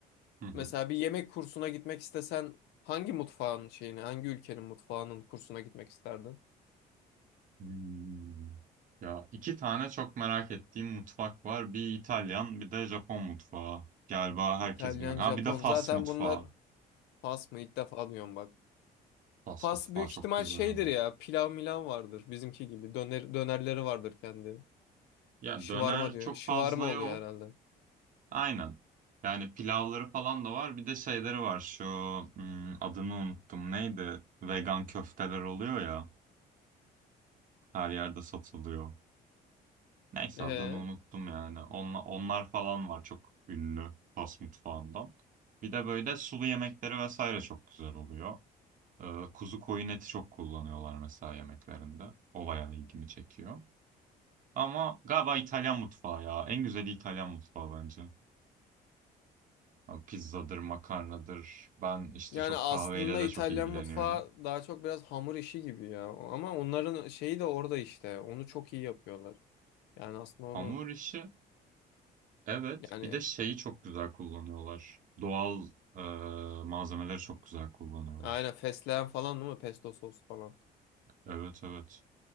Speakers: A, on the right; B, on the left.
A: Hı hı.
B: Mesela bir yemek kursuna gitmek istesen hangi mutfağın şeyini, hangi ülkenin mutfağının kursuna gitmek isterdin?
A: Hmm. Ya iki tane çok merak ettiğim mutfak var. Bir İtalyan, bir de Japon mutfağı. Galiba herkes
B: İtalyan,
A: biliyor. Ha
B: Japon.
A: bir de Fas
B: Zaten
A: mutfağı.
B: bunlar Fas mı? İlk defa duyuyorum bak.
A: Fas
B: Fas
A: mutfağı
B: büyük
A: çok
B: ihtimal
A: güzel
B: şeydir
A: ama.
B: ya. Pilav milan vardır bizimki gibi. Döner, dönerleri vardır kendi.
A: Ya
B: Şıvarma
A: döner
B: diyor.
A: çok
B: Şıvarma
A: fazla
B: oluyor
A: yok.
B: herhalde.
A: Aynen. Yani pilavları falan da var. Bir de şeyleri var. Şu hmm, adını unuttum. Neydi? Vegan köfteler oluyor ya. Her yerde satılıyor. Neyse
B: Ee,
A: adını unuttum yani. Onla, onlar falan var çok ünlü Fas mutfağından. Bir de böyle sulu yemekleri vesaire çok güzel oluyor. Ee, kuzu koyun eti çok kullanıyorlar mesela yemeklerinde. O bayağı ilgimi çekiyor. Ama galiba İtalyan mutfağı ya. En güzeli İtalyan mutfağı bence. Ya Pizzadır, makarnadır. Ben işte
B: yani
A: çok
B: aslında
A: kahveyle de
B: İtalyan
A: çok ilgileniyorum.
B: mutfağı daha çok biraz hamur işi gibi ya. Ama onların şeyi de orada işte. Onu çok iyi yapıyorlar. Yani aslında onu
A: Hamur işi Evet,
B: yani
A: bir de şeyi çok güzel kullanıyorlar. Doğal e, malzemeleri çok güzel kullanıyorlar.
B: Aynen fesleğen falan değil mi? Pesto sos falan.
A: Evet evet.